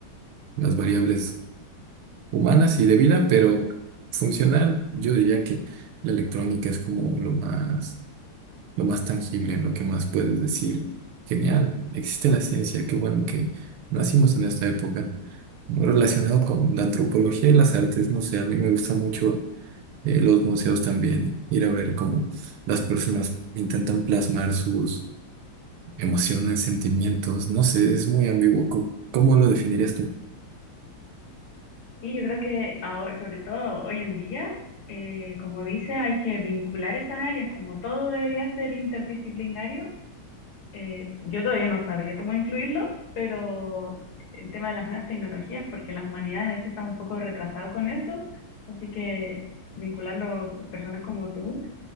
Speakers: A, on the right; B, on the left.
A: las variables humanas y de vida, pero funcional, yo diría que la electrónica es como lo más, lo más tangible, en lo que más puedes decir, genial, existe la ciencia, qué bueno que nacimos en esta época. Relacionado con la antropología y las artes, no sé, a mí me gusta mucho eh, los museos también, ir a ver cómo las personas intentan plasmar sus emociones, sentimientos, no sé, es muy ambiguo. ¿Cómo cómo lo definirías tú?
B: Sí, yo creo que ahora, sobre todo hoy en día, eh, como dice, hay que vincular esas áreas, como todo debería ser interdisciplinario, Eh, yo todavía no sabría cómo incluirlo, pero el tema de las nuevas tecnologías, porque las humanidades a veces están un poco retrasados con eso, así que vincularlo con personas como tú